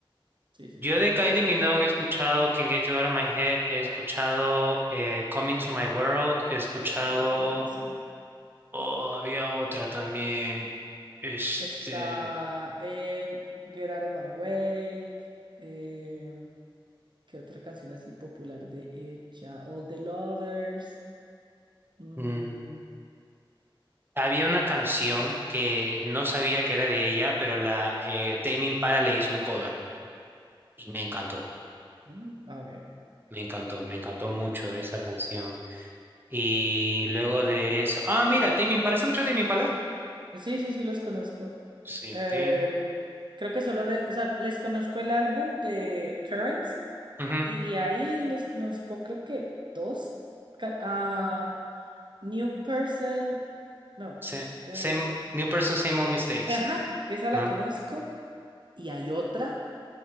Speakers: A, on the right; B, on the right.
A: Sí, sí,
B: Yo
A: sí.
B: de Kylie
A: sí.
B: Minogue he escuchado Can Get You Out of My Head, he escuchado eh, Coming to My World, he escuchado.
A: Ok, buenísima.
B: Oh, había otra también. Este.
A: Está em, Get Out of My Way. em, ¿qué otra canción así popular de ella? All the Lovers. mm,
B: mm, había una canción que no sabía que era de ella, pero la eh, Tame Impala le hizo un cover y me encantó,
A: mm, a ver.
B: me encantó, me encantó mucho esa canción. Y luego de eso. Ah, mira, Tame Impala, ¿has escuchado Tame Impala?
A: Sí, sí, sí, los conozco.
B: Sí,
A: Em,
B: Tame.
A: creo que solo le- o sea, les conozco el álbum de Currents
B: ujú,
A: y de ahí les conozco, creo que dos. ca- a New Person. No.
B: sa-
A: eh,
B: same, New Person, Same Old Mistakes.
A: Ajá, esa la
B: Ah.
A: conozco. Y hay otra,